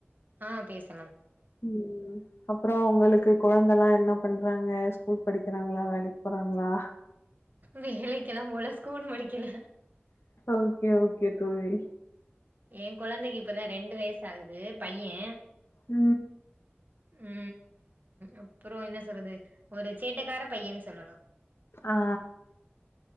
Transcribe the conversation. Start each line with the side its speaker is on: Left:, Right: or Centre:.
Right: ஆ பேசு
Left: உம் அப்பறோ உங்களுக்கு கொழந்தைலா என்ன பண்றாங்க ஸ்கூல் படிக்கிறாங்களா வேலைக்கு போறாங்களா
Right: வேலைக்கெலா போல ஸ்கூல் முடிக்கல
Left: ஓகே ஓகே தோழி
Right: எ குழந்தைக்கு இப்பதா ரெண்டு வயச ஆகுது பைய்யே
Left: உ
Right: உ அப்பறோ என்ன சொல்றது ஒரு சேட்டக்கார பையன்னு சொல்லலா
Left: ஆ